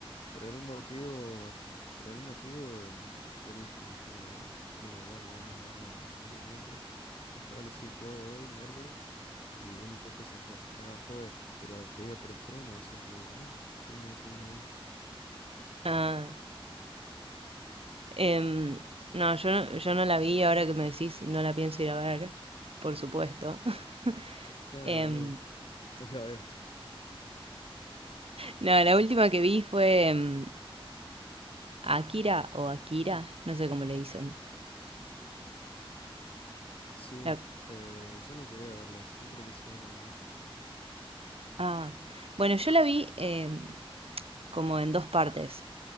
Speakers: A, on the left; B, on the right.
A: Por algún motivo, por algún motivo, mm, yo le dije a mi primo, primo, bueno, vamos a ver la peli de Minecraft. Me dijo, dale, sí, puedo hoy, miércoles. Y vimos que se estrenaba jueves, pero había preestreno, así que bueno, fuimos ese mismo día.
B: Ah, em, no, yo no, yo no la vi, ahora que me decís, no la pienso ir a ver, por supuesto. <laughs>
A: Nada,
B: Em,
A: no, <laughs> no la veas. <laughs>
B: no, la última que vi fue em, Akira o Akira, no sé cómo le dicen.
A: Sí,
B: La-
A: eh, yo no llegué a verla, siempre quise verla nomás.
B: ah, bueno, yo la vi em, como en dos partes,